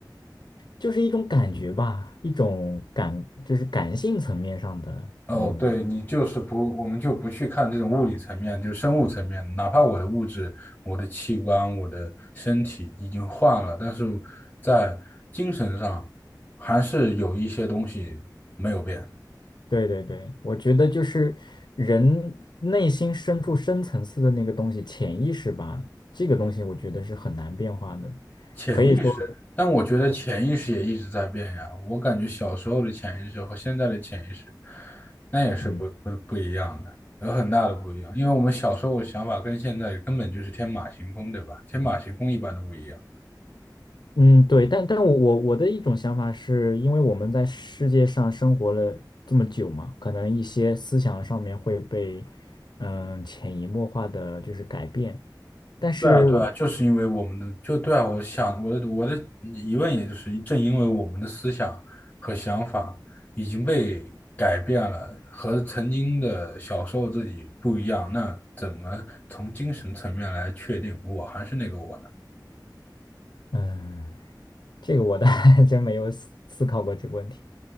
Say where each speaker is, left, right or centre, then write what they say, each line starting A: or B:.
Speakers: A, on the left; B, on the left.
A: 就是一种感觉吧，一种感，就是感性层面上的，
B: 哦，
A: 嗯，
B: 对，你就是不，我们就不去看这种物理层面，就生物层面，哪怕我的物质、我的器官、我的身体已经换了，但是在精神上还是有一些东西没有变，
A: 对对对，我觉得就是人内心深处深层次的那个东西，潜意识吧，这个东西我觉得是很难变化的，
B: 潜意识。
A: 可以说，
B: 但我觉得潜意识也一直在变呀，我感觉小时候的潜意识和现在的潜意识，那也是不不不一样的，
A: 嗯
B: 有很大的不一样，因为我们小时候的想法跟现在根本就是天马行空，对吧？天马行空一般的不一样。
A: 嗯，对，但但我我我的一种想法是，因为我们在世界上生活了这么久嘛，可能一些思想上面会被嗯潜移默化的就是改变，但是我
B: 对啊，对啊，就是因为我们的，就对啊，我想我的我的疑问，也就是正因为我们的思想和想法已经被改变了，和曾经的小时候自己不一样，那怎么从精神层面来确定我还是那个我呢？
A: 嗯。这个我倒 <laughs> 还真没有思思考过这个问题，